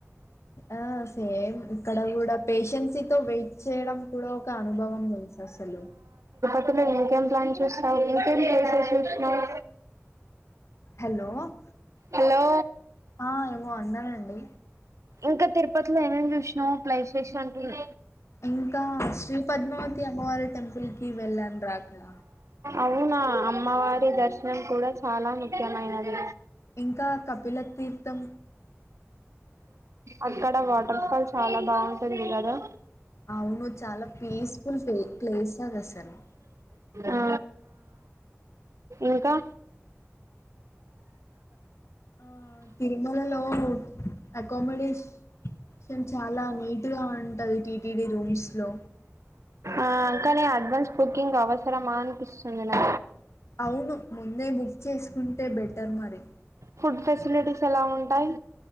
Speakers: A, on the left; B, on the right.
A: ఆ. సేమ్ ఇక్కడ కూడా పేషెన్సీతో వెయిట్ చేయడం కూడా ఒక అనుభవం తెల్సా అసలు.
B: ఇలో ఇంకేం ప్లాన్ చూస్తావు ఇంకేం ప్లేసెస్ చూసావు.
A: Hello
B: hello.
A: ఆ ఏమో అన్నానండి
B: ఇంకా తిరుపతిలో ఏమేమి శ్నావ్ ప్లేసెస్ అంటున్న.
A: ఇంకా శ్రీ పద్మావతి అమ్మవారి టెంపుల్ కి వెళ్ళాను రా అక్కడ.
B: అవునా అమ్మవారి దర్శనం కూడా చాలా ముఖ్యమైనది
A: ఇంకా కపిల తీీర్థం
B: అక్కడ వాడు పకాాలు చాలా బాగుంటది కదా
A: అవును చాలా పీస్ఫుల్ ప్లేస్ా అదసలు
B: ఆ ఇంకా
A: ఆ తిరుమలలో అకామిడేషన్షన్ చాలా నీట్గా ఉంటుంది టీటిడి రూమ్స్ లో
B: ఆ అంకానే అడ్వాన్స్ బుకింగ్ అవసరమా అనిపిస్తుంది నా
A: అవును ముందే బుక్ చేసుకుంటే బెటర్ మరి
B: ఫుడ్ ఫెసిలిటీస్ ఎలా ఉంటాయి